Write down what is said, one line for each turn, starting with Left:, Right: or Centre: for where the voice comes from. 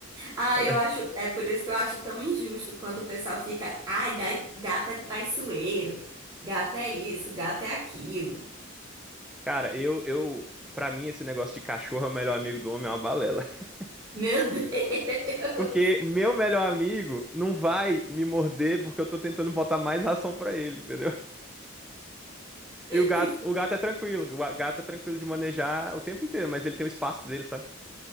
Right: Ah,
Centre: Ela,
Right: eu
Centre: é-
Right: acho, é por isso que eu acho tão injusto quando o pessoal fica, ai, gai- gato é traiçoeiro, gato é isso, gato é aquilo.
Centre: cara, eu, eu, pra mim esse negócio de cachorro é o melhor amigo do homem é uma balela. <laughs>
Right: Meu Deus! <laughs>
Centre: Porque meu melhor amigo não vai me morder porque eu tô tentando botar mais ração pra ele, entendeu? E o gato,
Right: Que,
Centre: o gato é tranquilo. O gato é tranquilo de manejar o tempo inteiro, mas ele tem o espaço dele, sabe?